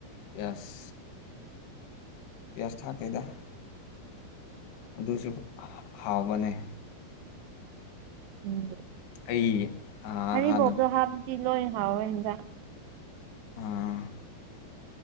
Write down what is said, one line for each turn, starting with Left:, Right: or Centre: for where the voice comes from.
Left: ꯄꯤꯌꯥꯁ ꯄꯤꯌꯥꯁ ꯊꯥꯛꯇꯦꯗ ꯑꯗꯨꯖꯨ ꯍꯥ ꯍꯥꯥꯎꯕꯅꯦ
Right: ꯎꯝ
Left: ꯑꯩ ꯑꯥ
Right: ꯍꯔꯤꯕꯣꯞꯇꯣ
Left: ꯍꯥꯟꯅ
Right: ꯍꯥꯞꯄꯇꯤ ꯂꯣꯏꯅ ꯍꯥꯎꯋꯦ ꯍꯦꯟꯖꯥꯡ
Left: ꯑꯥ